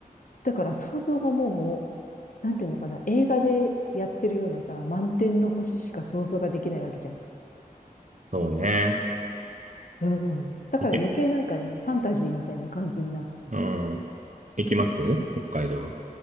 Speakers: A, on the left; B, on the right.
A: だから想像がもう、なんていうのかな、映画でやってるようなさ、満天の星しか想像ができないわけじゃん。
B: そうね。
A: うん。だから余計なんかね、
B: いけ、
A: ファンタジーみたいな感じになる。
B: うん。行きます北海道。